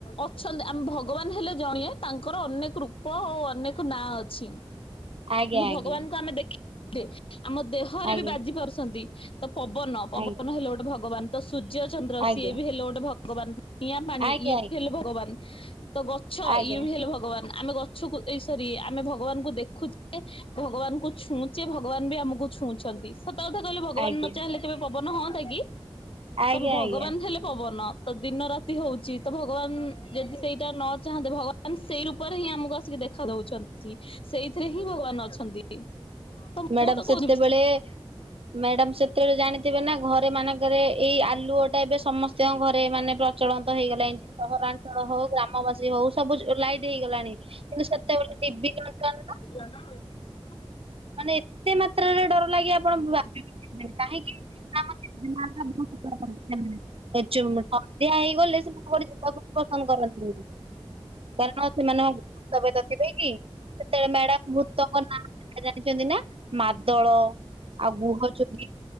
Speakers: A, on the left; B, on the right.
A: ଅଛନ୍ତି, ଆମେ ଭଗବାନ ହେଲେ ଜଣିଏ, ତାଙ୍କର ଅନେକ ରୂପ ଓ ଅନେକ ନାଁ, ଅଛି। କିନ୍ତୁ
B: ଆଜ୍ଞା ଆଜ୍ଞା
A: ଭଗବାନଙ୍କୁ ଆମେ ଦେଖିଦେ ଆମ ଦେହ ଥରେ
B: ଆଜ୍ଞା
A: ବି ବାଜି ପାରୁସନ୍ତି, ତ ପବନ! ପବନ
B: ଆଜ୍ଞା
A: ହେଲେ ଗୋଟେ ଭଗବାନ। ତ ସୂର୍ଯ୍ୟ ଚନ୍ଦ୍ର,
B: ଆଜ୍ଞା
A: ସିଏ ବି ହେଲେ ଗୋଟେ ଭଗବାନ, ନିଆଁ ପାଣି
B: ଆଜ୍ଞା
A: ଇଏ ବି ହେଲେ ଭଗବାନ। ତ ଗଛ
B: ଆଜ୍ଞା।
A: ଇଏ ବି ହେଲେ ଭଗବାନ। ଆମେ ଗଛକୁ ଏଇସ୍ ସରି ଆମେ ଭଗବାନଙ୍କୁ ଦେଖୁଛେ, ଭଗବାନଙ୍କୁ ଛୁଉଁଛେ, ଭଗବାନ ବି ଆମକୁ ଛୁଉଁଛନ୍ତି। ସତ କଥା କହିଲେ, ଭଗବାନ
B: ଆଜ୍ଞା
A: ନ ଚାହିଁଲେ କେବେ ପବନ ହଅନ୍ତା କି,
B: ଆଜ୍ଞା
A: ତ ଭଗବାନ
B: ଆଜ୍ଞା
A: ହେଲେ ପବନ ତ, ଦିନ ରାତି ହଉଛି। ତ ଭଗବାନ ଯଦି ସେଇଟା ନ ଚାହାନ୍ତେ, ଭଗବାନ ମାନ୍ ସେଇ ରୂପରେ ହିଁ, ଆମକୁ ଆସିକି ଦେଖା ଦଉଛନ୍ତି। ସେଇଥିରେ ହିଁ ଭଗବାନ ଅଛନ୍ତି। ତ ମୁଁ
B: ମ୍ୟାଡ଼ାମ୍
A: ତ
B: ସେତେବେଳେ,
A: କହୁଛି ହୁଁ।
B: ମ୍ୟାଡ଼ାମ ସେତ୍ ଯେତେବେଳେ ଜାଣିଥିବେ ନା, ଘରେ ମାନେଙ୍କରେ ଏଇ ଆଲୁଅ ଟା ଏବେ ସମସ୍ତିଙ୍କ ଘରେ ମାନେ ପ୍ରଚଳନ୍ତ ହେଇଗଲାଇଁ ସହରାଞ୍ଚଳ ହଉ, ଗ୍ରାମବାସୀ ହଉ ସବୁ ଲାଇଟ୍ ହେଇଗଲାଣି। କିନ୍ତୁ ସେତେବେଳେ ଡିବି ଦରକାର ନା!
A: <inaudible>
B: ମାନେ ଏତେ ମାତ୍ରାରେ ଡର ଲାଗି ଆପଣ ଭାବିବି ପାରିବେନି, କାହିଁକି? ଆମ ଜେଜେମା ଟା ବହୁତ ଥେଲେ। <unintelligible> ସନ୍ଧ୍ୟା ହେଇଗଲେ, ସେତ କୁଆଡେ ଯିବାକୁ ପସନ୍ଦ କରନ୍ତିନି। କାରଣ ସେମାନ ଭୁତପ୍ରେତ ଥିବେ କି? ସେତେବେଳେ ମ୍ୟାଡମ୍ ଭୁତଙ୍କ ନାଁ ଜଣିଛନ୍ତି ନା, ମାଦଳ ଆଉ, ଗୁହ ଚୋରି,